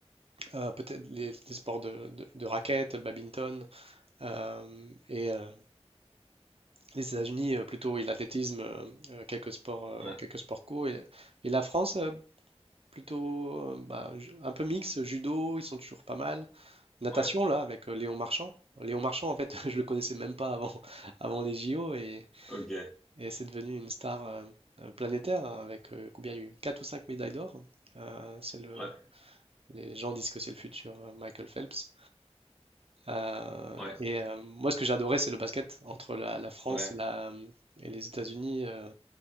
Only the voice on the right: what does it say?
euh, peut-être les, les sports de, de, de raquettes, le badminton. euh, et euh, les États-Unis, euh, plutôt oui, l'athlétisme, euh, euh, quelques sports, euh,
quelques sports co. Et, et la France, euh, plutôt euh, bah, ju- un peu mixte, judo, ils sont toujours pas mal. Natation,
là, avec euh, Léon Marchand. Léon Marchand, en fait, <laughs> je le connaissais même pas avant, <laughs> avant les JO. Et,
Et c'est devenu une star euh, euh, planétaire avec euh, combien il y a eu 4 ou 5 médailles d'or. Euh, c'est le-
les gens disent que c'est le futur euh, Michael Phelps. Euh,
et euh, moi, ce que j'adorais, c'est le basket entre la, la France
et, la, et les États-Unis. euh.